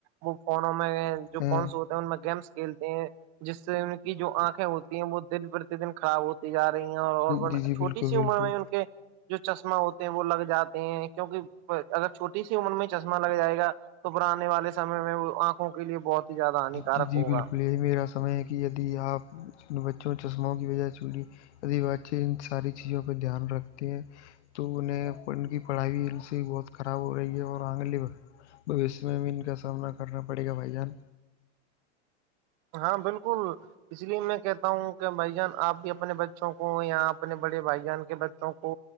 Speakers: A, on the right; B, on the left.
A: وہ فونوں میں
B: ہے
A: جو فونس ہو ان میں گیمس کھیلتے ہیں جس سے ان کی جو آنکھیں ہوتی ہیں وہ دن پر دن خراب ہوتی جا رہی ہیں اور
B: جی جی
A: چھوٹی
B: بالکل
A: سی
B: بالکل
A: عمر میں ان کے جو چشمہ ہوتے ہیں وہ لگ جاتے ہیں کیونکہ اگر چھوٹی سی عمر میں چشمہ لگ جائے گا تو بھراننے والے سمے میں وہ آنکھوں کے لیے بہت ہی زیادہ ہانیکارک
B: جی جی
A: ہوگا
B: بالکل میرا سمے ہے کہ یدی آپ بچوں چشموںوں کی وجہ سے چی آدی واسی ان ساری چیزوں پہ دھیان رکھتے ہیں تو انہیں ان کی پڑھائی بھی ان سے بہت خراب ہو رہی ہے اور آنگل بوشیہ میں بھی ان کا سامنا کرنا پڑے گا بھائی جان
A: ہاں بالکل اس لیے میں کہتا ہوں کہ بھائی جان آپ بھی اپنے بچوں کو یا اپنے بڑے بھائی جان کے بچوں کو